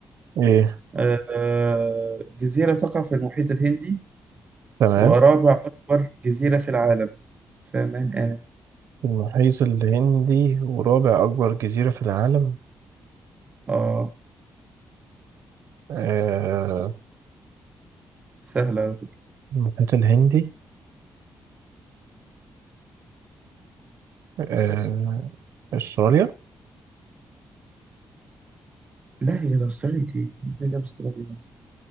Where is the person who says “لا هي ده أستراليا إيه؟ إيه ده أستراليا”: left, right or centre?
Right